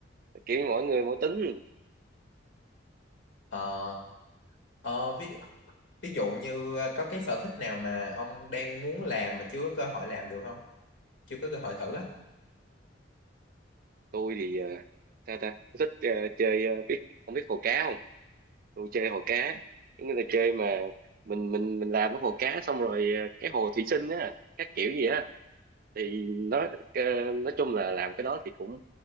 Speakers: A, on the right (about 50°); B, on the left (about 85°).
A: kiểu mỗi người mỗi tính
B: Ờ, ờ, ví ví dụ như ờ, có cái sở thích nào mà ông đang muốn làm mà chưa có cơ hội làm được không? Chưa có cơ hội thử á?
A: tôi thì ờ, sao ta tôi thích ờ, chơi ờ, biết ông biết hồ cá không tôi chơi hồ cá cái người là chơi mà mình mình mình làm cái hồ cá xong rồi ờ, cái hồ thủy sinh á các kiểu gì á thì nói ờ, nói chung là làm cái đó thì cũng